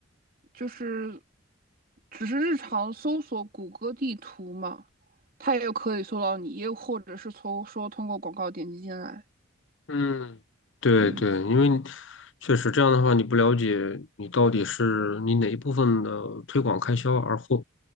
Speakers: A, on the right; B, on the left.
A: 就是只是日常搜索谷歌地图嘛，它也可以搜到你，又或者是从说通过广告点击进来。
B: 嗯，对对，
A: 嗯，
B: 因为你确实这样的话，你不了解你到底是你哪一部分的推广开销而获